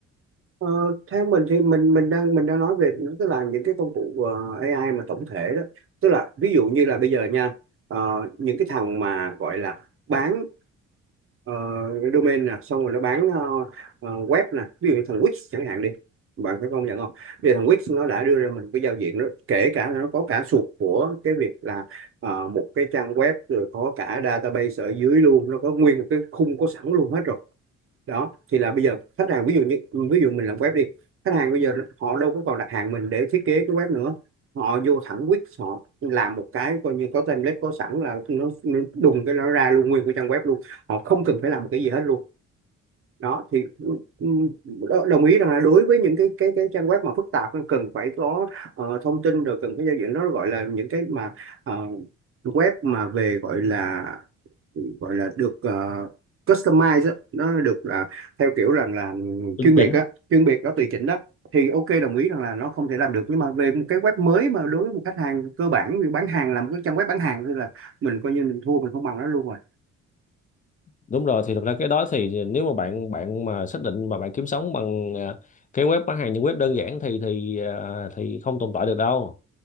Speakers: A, on the right (about 45°); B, on the left (about 25°).
A: Ờ, theo mình thì mình mình đang mình đang nói về tức là những cái công cụ ờ, AI mà tổng thể đó tức là ví dụ như là bây giờ nha ờ, những cái thằng mà gọi là bán ờ, domain nè xong rồi nó bán ờ, ờ, web nè ví dụ như thằng Wix chẳng hạn đi bạn phải công nhận không bây giờ thằng Wix nó đã đưa ra mình cái giao diện đó kể cả là nó có cả suột của cái việc là ờ, một cái trang web rồi có cả database ở dưới luôn nó có nguyên một cái khung có sẵn luôn hết rồi đó thì là bây giờ khách hàng ví dụ như ví dụ mình làm web đi khách hàng bây giờ họ đâu có còn đặt hàng mình để thiết kế cái web nữa họ vô thẳng Wix họ làm một cái coi như có template có sẵn là nó, nó đùng cái nó ra luôn nguyên cái trang web luôn họ không cần phải làm một cái gì hết luôn đó thì ừ, đo- đồng ý rằng là đối với những cái cái cái trang web mà phức tạp nó cần phải có ờ, thông tin rồi cần phải giao diện nó gọi là những cái mà ờ, web mà về gọi là Ừ, gọi là được ờ, customize á, nó được là theo kiểu rằng là
B: chuẩn
A: chuyên biệt
B: chính
A: á chuyên biệt đó tùy chỉnh đó thì ok đồng ý rằng là nó không thể làm được nhưng mà về một cái web mới mà đối với một khách hàng cơ bản như bán hàng làm cái trang web bán hàng thì là mình coi như mình thua mình không bằng nó luôn rồi
B: đúng rồi thì thực ra cái đó thì nếu mà bạn bạn mà xác định mà bạn kiếm sống bằng à, cái web bán hàng những web đơn giản thì thì à, thì không tồn tại được đâu